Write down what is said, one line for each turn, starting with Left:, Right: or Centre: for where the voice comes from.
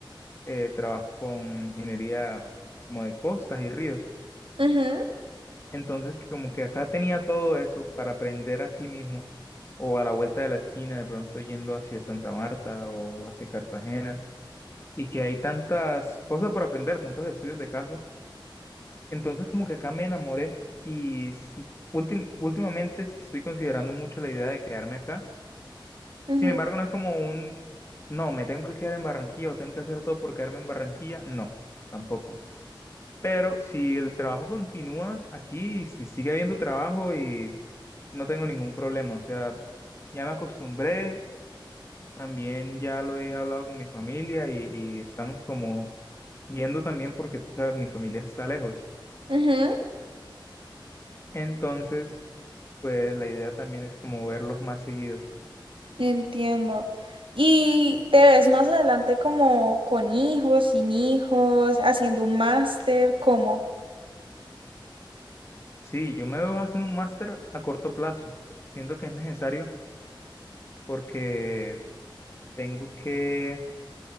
Left: eh, trabajo con ingeniería como de costas y ríos.
Right: ujú,
Left: Entonces, como que acá tenía todo eso para aprender aquí mismo, o a la vuelta de la esquina, de pronto yendo hacia Santa Marta o hacia Cartagena, y que hay tantas cosas por aprender, tantos estudios de caso. Entonces, como que acá me enamoré y sí, últim- últimamente sí estoy considerando mucho la idea de quedarme acá.
Right: ujú,
Left: Sin embargo, no es como un, no, me tengo que quedar en Barranquilla o tengo que hacer todo por quedarme en Barranquilla, no, tampoco. Pero si el trabajo continúa aquí, y si sigue habiendo trabajo y no tengo ningún problema, o sea, ya me acostumbré, también ya lo he hablado con mi familia y, y estamos como viendo también porque, tú sabes, mi familia está lejos.
Right: ujú.
Left: Entonces, pues la idea también es como verlos más seguido.
Right: Entiendo. ¿Y te ves más adelante como con hijos, sin hijos, haciendo un máster, cómo?
Left: Sí, yo me veo haciendo un máster a corto plazo. Siento que es necesario porque tengo que,